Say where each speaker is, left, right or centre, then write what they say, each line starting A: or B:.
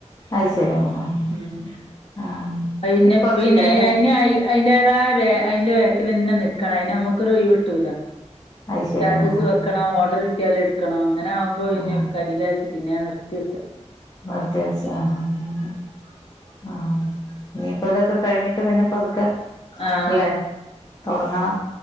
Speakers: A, on the left; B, on the left.
A: അത് ശരി ആഹ്
B: ഉം
A: ആഹ്
B: അയ്ന്
A: ഇപ്പൊ
B: പ്പനയ്നായി
A: അതില്ല അല്ലേ
B: ആയ്നായി അതിന്റേതായ ബേ അയ്ന്റെ ബേക്കിലെന്നെ നിക്കണം അയ്ന് അമ്മക്കൊരൊയിവ്ട്ടൂല്ല.
A: അത് ശരി
B: സ്റ്റാറ്റസ്
A: ആഹ് ആഹ്
B: വെക്കണം ഓർഡർ കിട്ട്യാല്ട്ക്കണം അങ്ങനാവുമ്പോ പിന്നെ
A: ആഹ്
B: കയ്യിലചാര്ച്ച് പിന്നെ ഞാൻ നിർത്തി വെച്ച.
A: നിർത്തി വെച്ച ആഹ് ഹാ ഹ ഹ ആഹ് ഇഞ്പ്പതൊക്കെ കഴിഞ്ഞിട്ട് പിന്നെ പത്ക്കെ
B: ആഹ്
A: അല്ലെ തൊടങ്ങണം.